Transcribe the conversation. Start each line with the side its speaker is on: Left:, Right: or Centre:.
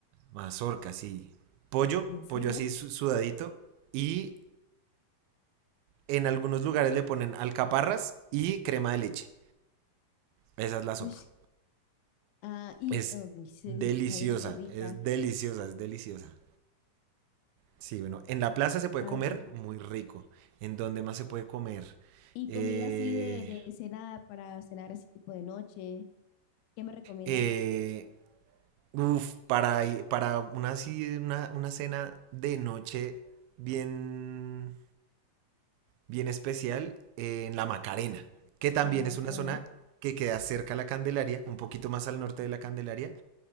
Right: mazorca, sí. Pollo,
Left: ¿en serio?
Right: pollo así su- sudadito y en algunos lugares le ponen alcaparras y crema de leche. Esa es la sopa.
Left: Uy, sí. ah, y
Right: Es
Left: oh, se
Right: deliciosa,
Left: escucha súper rica.
Right: es deliciosa, es deliciosa. Sí, bueno, en la plaza se puede
Left: A
Right: comer
Left: ver,
Right: muy rico. ¿En dónde más se puede comer?
Left: ¿y
Right: Eh,
Left: comida así de, de cena para cenar así tipo de noche? ¿Qué me recomiendas?
Right: eh, uf, para, para una, así, una, una cena de noche bien, bien especial eh, en la Macarena, que también
Left: en la Macarena.
Right: es una zona que queda cerca a la Candelaria, un poquito más al norte de la Candelaria,